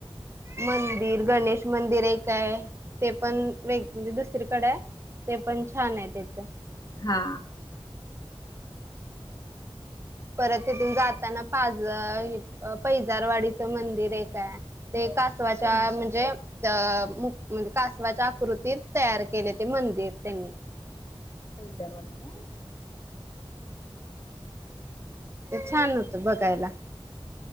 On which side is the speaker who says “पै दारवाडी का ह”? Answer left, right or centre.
Left